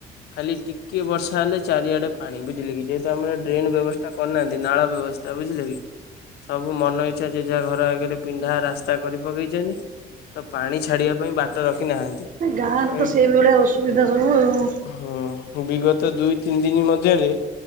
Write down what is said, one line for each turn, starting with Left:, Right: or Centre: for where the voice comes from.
Left: ଖାଲି ଟିକେ ବର୍ଷା ହେଲେ ଚାରିଆଡେ ପାଣି ବୁଝିଲେ କି ଯେହେତୁ ଆମର ଡ୍ରେନ ବ୍ୟବସ୍ଥା। କରି ନାହାନ୍ତି ନାଳ ବ୍ୟବସ୍ଥା ବୁଝିଲେ କି ସବୁ ମନ ଇଚ୍ଛା ଯେ ଯାହା ଘର ଆଗରେ ପିଣ୍ଡା ରାସ୍ତା କରି ପକେଇଛନ୍ତି ତ ପାଣି ଛାଡିବା ପାଇଁ ବାଟ ରଖି ନାହାନ୍ତି।
Right: ଗାଁରେ ତ
Left: ଏଇ
Right: ସେଇଭଳିଆ ଅସୁବିଧା ସବୁ ଆଉ।
Left: ହଁ ବିଗତ ଦୁଇ ତିନି ଦିନ ମଧ୍ୟରେ।